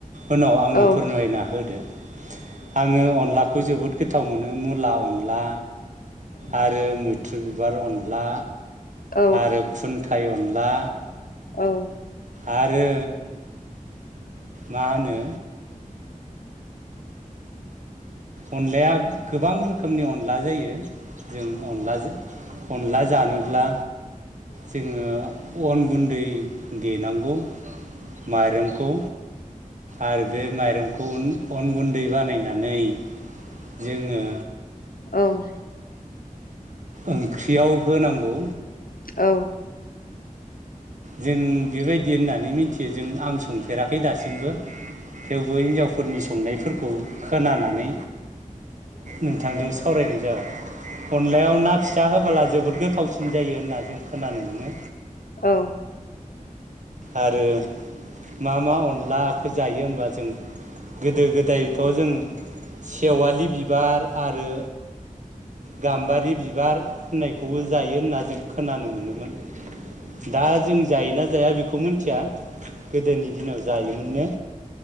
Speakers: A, on the right (about 60°); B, on the left (about 80°).
A: उनाव आंनो
B: औ
A: फोरमायना होदो आङो अनलाखौ जोबोद गोथाव मोनो मुला अनला आरो मैथ्रु बिबार अनला
B: औ
A: आरो खुन थाय अनला
B: औ
A: आरो मा होनो अनलाया गोबां रोखोमनि अनला जायो जों अनलाजों अनला जानोब्ला जोङो अन गुन्दै देनांगौ माइरंखौ आरो बे माइरंखौ अन गुन्दै बानायनानै जोङो
B: औ
A: ओंख्रियाव होनांगौ
B: औ
A: जों बेबायदि होननानै मिथियो जों आं संफेराखै दासिमबो थेवबो हिनजावफोरनि संनायफोरखौ खोनानानै नोंथांदों सावरायनाय जाबाय अनलायाव ना फि फिसा होबला जोबोद गोथावसिन जायो होनना जों खोनानो मोनो
B: औ
A: आरो मा मा अनलाखौ जायो होमबा जों गोदो गोदायथ' जों सेवालि बिबार आरो गाम्बारि बिबार होननायखौबो जायो होनना जों खोनानो मोनोमोन दा जों जायोना जाया बेखौ मिथिया गोदोनि दिनाव जायोमोननो।